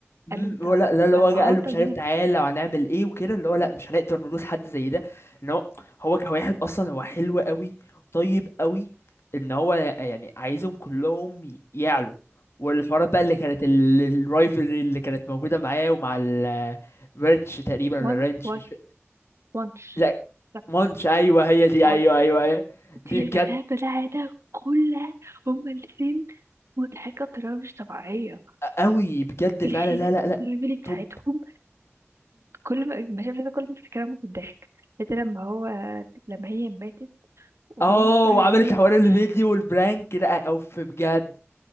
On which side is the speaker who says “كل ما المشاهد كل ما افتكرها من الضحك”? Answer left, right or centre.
Right